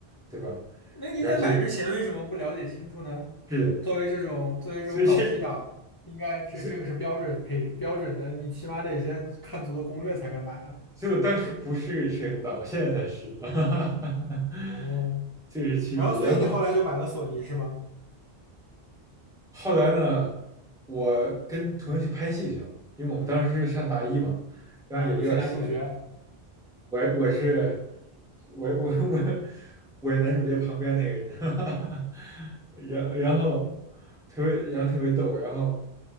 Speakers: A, in the centre; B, on the left.
A: 对吧？
B: 那你在买之前为什么不了解清楚呢？
A: 然后这是的，
B: 作为这种作为这种搞基党，
A: 所以这
B: 应该这这个是标准配置标准的，
A: 所以
B: 你起码得先看足了攻略才敢买啊。
A: 所以我当时不是摄影党，我现在才是，<laughs> 哈哈哈哈，
B: 哦，
A: 这个是区别。
B: 然后所以你后来就买了索尼是吗？
A: 然后后来呢，我跟同学去拍戏去了，因为我们当时上大一嘛，然后也比较闲。
B: 啊，你是男主角
A: 我我是我我我我是男主角旁边那个人，<laughs> 哈哈然然后特别然后特别逗，然后